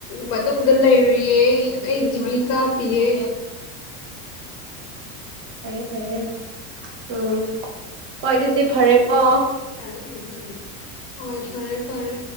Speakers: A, on the left (about 60°); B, on the right (about 30°).
A: ꯃꯅꯨꯡꯗ ꯂꯩꯔꯤꯌꯦ ꯑꯩ ꯇꯤꯕꯤ ꯀꯥꯞꯄꯤꯌꯦ
B: ꯐꯩꯌꯦ ꯐꯩꯌꯦ ꯎꯝ ꯍꯣꯏ ꯑꯗꯨꯗꯤ ꯐꯔꯦꯀꯣ
A: <unintelligible> ꯍꯣꯏ ꯐꯔꯦ ꯐꯔꯦ